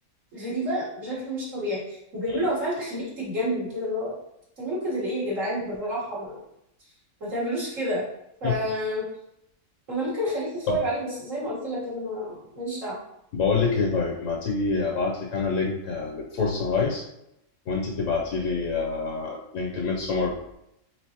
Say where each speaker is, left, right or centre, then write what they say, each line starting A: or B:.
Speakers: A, on the right; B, on the left.
A: غريبه بشكل مش طبيعي وبيعملوا
B: مم.
A: افعال تخليك تتجنن كده اللي هو بتعملوا كده ليه يا جدعان بالراحه ما, ما تعملوش كده فانا
B: <laughs>
A: ممكن اخليك تتفرج
B: طب
A: عليه بس زي ما قلت لك انا ما ماليش دعوه
B: بقول لك ايه طيب ما تيجي ابعت لك انا لينك آه، للفورس هايس وانت تبعتي لي آه، لينك الميد سمر